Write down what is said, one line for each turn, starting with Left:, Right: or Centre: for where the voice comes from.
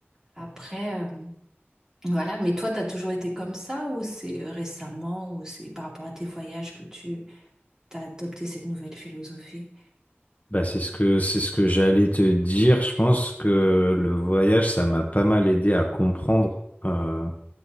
Right: Après, euh, voilà, mais toi, tu as toujours été comme ça ou c'est euh, récemment ou c'est par rapport à tes voyages que tu as adopté cette nouvelle philosophie?
Left: Bah, c'est ce que, c'est ce que j'allais te dire. Je pense que le voyage, ça m'a pas mal aidé à comprendre euh,